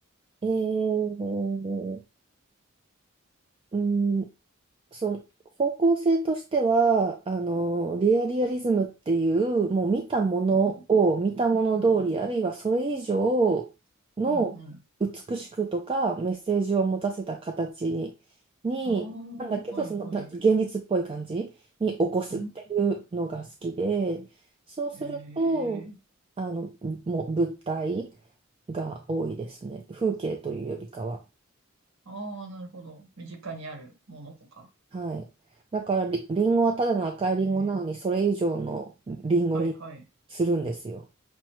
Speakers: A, on the right; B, on the right.
A: えー、うんそう、方向性としては、あの、レアリアリズムっていう、もう見たものを見たもの通り、
B: うんうん、うんうん。
A: あるいはそれ以上の美しくとかメッセージを持たせた形に、
B: うんうん。ああー、
A: なんだけど、
B: はいはい。
A: その、な現実っぽい感じに起こすっていうのが好きで、
B: うん
A: そうすると、
B: ええ
A: あの、もう物体が多いですね。風景というよりかは。
B: ああ、なるほど。身近にあるものとか。
A: はい。だからリ、リンゴはただの赤いリンゴなのに、
B: ええ
A: それ以上のリンゴに
B: はいはい。
A: するんですよ。